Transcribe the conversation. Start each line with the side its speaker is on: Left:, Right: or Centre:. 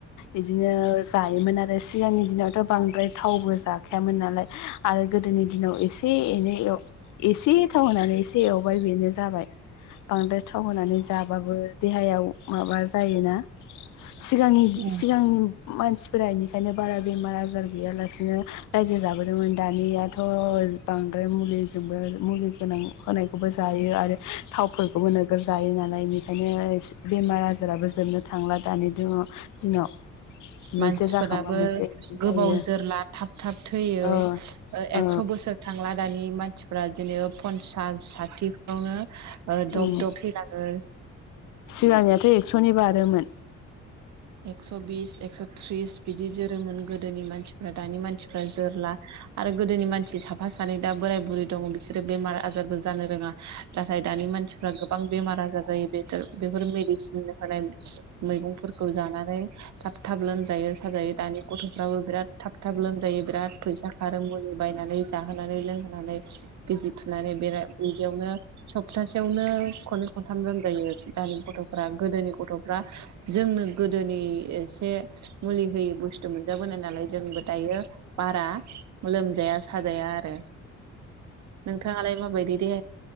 Left: इ बिदिनो जायोमोन आरो सिगांनि दिनावथ' बांद्राय थावबो जाखायामोन नालाय आरो गोदोनि दिनाव एसे एनै एसे थाव होनानै एसे एवबाय बेनो जाबाय बांद्राय थाव होनानै जाबाबो देहायाव माबा जायोना सिगांनि
Right: औ
Left: मानसिफोरा बेनिखायनो बारा बेमार आजार गैयालासिनो रायजो जाबोदोंमोन दानियाथ' बांद्राय मुलिजोंबो मुलि गोनां होनायखौबो जायो आरो थावफोरखौबो नोगोर जायो नालाय बेनिखायनो बेमार आजाराबो जोबनो थांला दानि दिन दिनाव मोनसे
Right: मानसिफोराबो
Left: जाखांबा मोनसे बिदि जायो
Right: गोबाव जोरला थाब थाब थैयो
Left: ओ औ
Right: एकस' बोसोर थांला दानि मानसि फ्रा बिनो पन्सास साथि नंगौ ना।
Left: उम
Right: दब दब थैलाङो।
Left: सिगांनियाथ एकसनि बारो। बारोमोन।
Right: एकस बिस एकस। थ्रिस बिदि जो जोरोमोन गोदोनि मानसि फ्रा दानि मानसिफ्रा जोरला। आरो गोदोनि मानसि साफा सानै दा बोराय बुरि दङ बिसोरो बेमार आजारबो जानो रोङा। नाथाय दानि मानसिफ्रा गोबां बेमार आजार। बे बेफोर मेदिसिन होनाय मैगं। फोरखौ जानानै थाब थाब लोमजायो साजायो दानि गथफ्राबो बिराद थाब थाब लोमजायो बिराद फैसा खारो मुलि बायनानै जाहोनानै लोंहोनानै। बिजि थुनानै बेरा बेदियावनो। सप्तासेयावनो खननै खनथाम लोमजायो आरोखि। दानि गथफोरा गोदोनि गथ। फ्रा। जोंनो गोदोनि एसे मुलि होयि बुस्थु मोनजाबोनाय नालाय जोंबो दायो बारा लोम जाया साजाया आरो नोंथाङालाय माबायदि। <inaudible>